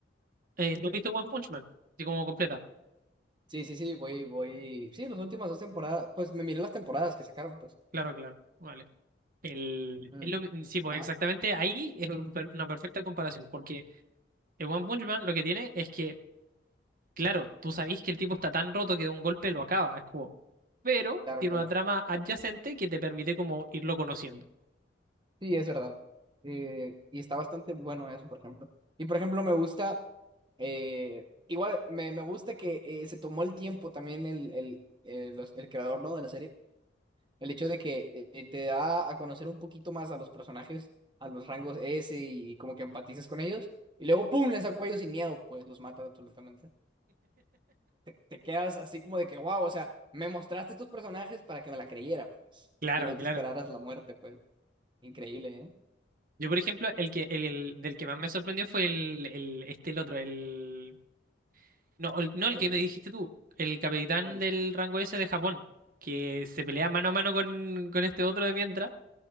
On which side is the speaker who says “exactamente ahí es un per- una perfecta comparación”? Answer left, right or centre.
Right